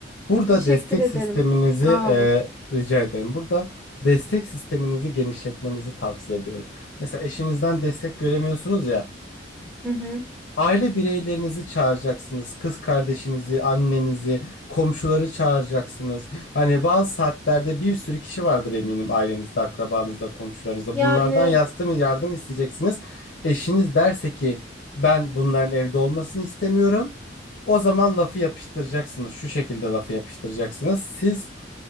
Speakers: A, on the left (about 70°); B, in the centre.
A: Burada
B: Teşekkür
A: destek
B: ederim.
A: sisteminizi
B: Sağ
A: e,
B: olun.
A: rica ederim. Burada destek sisteminizi genişletmenizi tavsiye ediyorum. Mesela eşinizden destek göremiyorsunuz ya.
B: Hı hı.
A: Aile bireylerinizi çağıracaksınız. Kız kardeşinizi, annenizi, komşuları çağıracaksınız. Hani bazı saatlerde bir sürü kişi vardır eminim ailenizde, akrabanızda, komşularınızda.
B: Yani
A: Bunlardan yardım, yardım isteyeceksiniz. Eşiniz derse ki ben bunların evde olmasını istemiyorum. O zaman lafı yapıştıracaksınız. Şu şekilde lafı yapıştıracaksınız. Siz